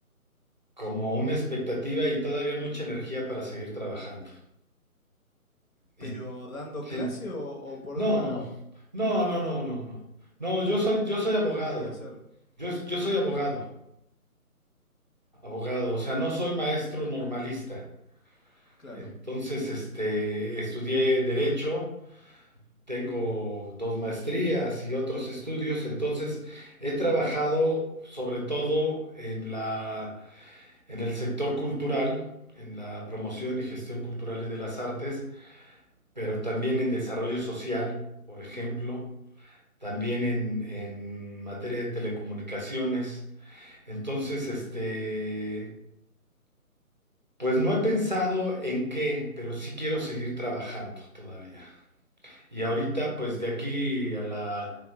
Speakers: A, on the right; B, on the left.
A: como una expectativa y todavía mucha energía para seguir trabajando. Y
B: ¿Pero dando
A: sí.
B: clase o, o por
A: No,
B: otro lado?
A: no, no, no, no, no. No, yo soy,
B: ¿Qué,
A: yo soy
B: qué
A: abogado.
B: te gustaría hacer?
A: Yo, yo soy abogado. Abogado, o sea, no soy maestro normalista.
B: Claro.
A: Entonces, este, estudié derecho, tengo dos maestrías y otros estudios. Entonces, he trabajado sobre todo en la, en el sector cultural, en la promoción y gestión cultural y de las artes, pero también en desarrollo social, por ejemplo. también en, en materia de telecomunicaciones. Entonces, este, pues no he pensado en qué, pero sí quiero seguir trabajando todavía. Y ahorita, pues de aquí a la,